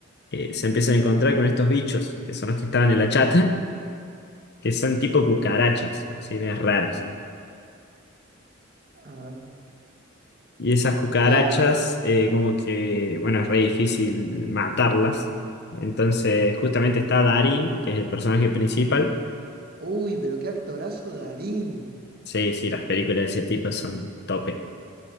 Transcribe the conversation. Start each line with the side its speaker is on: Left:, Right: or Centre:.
Left: eh, se empiezan a encontrar con estos bichos, que son los que estaban en la chata, <laughs> que son tipo cucarachas, así medias raras.
Right: Ah,
Left: Y esas cucarachas,
Right: claro.
Left: eh, como que, bueno, es re difícil matarlas. Entonces, justamente está Darín, que es el personaje principal.
Right: Uy, pero qué actorazo Darín.
Left: Sí, sí, las películas de ese tipo son top